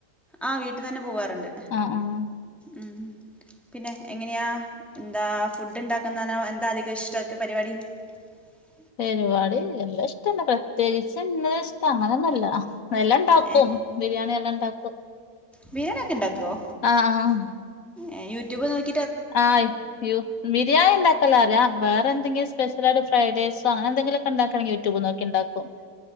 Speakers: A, in the centre; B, on the left.
A: ആ വീട്ടിന്നന്നെ പോവാറുണ്ട്
B: ആഹ് ആഹ്
A: ഉം പിന്നെ എങ്ങനെയാ എന്താ ഫുഡ് ഉണ്ടാക്കുന്നോ എന്താ അധികം ഇഷ്ടമൊക്കെ പരിപാടി <unintelligible>
B: പരിപാടി എല്ലാം ഇഷ്ടന്ന പ്രത്യേകിച്ച് ഇന്നത് ഇഷ്ടം അങ്ങനെയൊന്നുമല്ല എല്ലാം ഇണ്ടാക്കും
A: ഏ
B: ബിരിയാണി എല്ലാം ഇണ്ടാക്കും
A: ബിരിയാണി ഒക്കെ ഇണ്ടാക്കുവോ
B: ആഹ് ആഹ്
A: ഏ യൂട്യൂബ് നോക്കി
B: ആഹ് <unintelligible> ബിരിയാണി ഉണ്ടാക്കാല്ല അറിയാ വേറെന്ത എന്തെങ്കി സ്പെഷ്യലായിട്ട് ഫ്രൈഡൈ സോ അങ്ങനെന്തെങ്കിലു ഇണ്ടാക്കണമെങ്കിൽ യൂറ്റൂബ് നോക്കി ഉണ്ടാക്കും